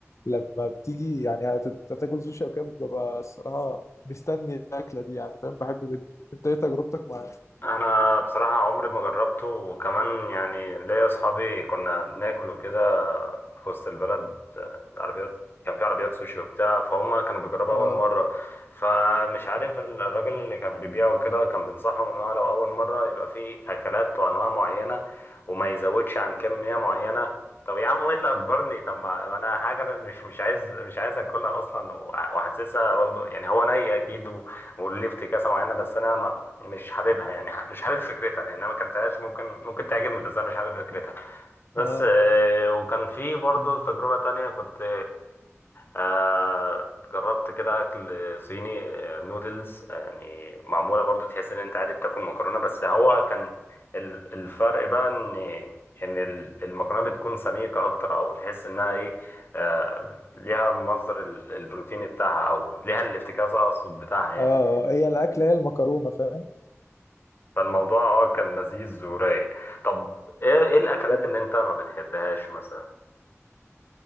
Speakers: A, on the left (about 75°); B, on the left (about 45°).
A: لما بتيجي يعني هت- هتاكل سوشي او كده ببقى الصراحه مستني الاكله دي يعني فاهم بحبه جدا انت ايه تجربتك معاه؟
B: انا بصراحة عمري ما جربته وكمان يعني ليا اصحابي كنا بناكل وكده في وسط البلد آه، عربيات كان في عربيات سوشي وبتاع فهم كانوا بيجربوا
A: اه
B: أول مرة فمش عارف ال- الراجل اللي كان بيبيعه كده كان بينصحهم إن هو لو أول مرة يبقى في أكلات وأنواع معينة وما يزودش عن كمية معينة طب يا عم ايه اللي اجبرني طب ما انا حاجه انا مش مش عايز مش عايز اكلها اصلا وع- وحاسسها برضو يعني هو ني اكيد و- وليه افتكاسه معينه بس انا ما مش حاببها يعني ح- مش حابب فكرتها يعني انا ما اكلتهاش ممكن ممكن تعجبني بس انا مش حابب فكرتها بس
A: اه
B: آه، وكان في برضه تجربة تانية كنت آه، جربت كده أكل صيني آه، نودلز يعني معمولة برضه تحس إن أنت عادي بتاكل مكرونة بس هو كان ال- الفرق بقى إن إن ال- المكرونة بتكون سميكة أكتر أو تحس إنها إيه آه، ليها مصدر ال- البروتين بتاعها أو ليها الافتكاس أقصد بتاعها يعني
A: اه آه، هي الاكله هي المكرونه فاهم؟
B: فالموضوع أه كان لذيذ ورايق طب إيه إيه الأكلات اللي أنت ما بتحبهاش مثلا؟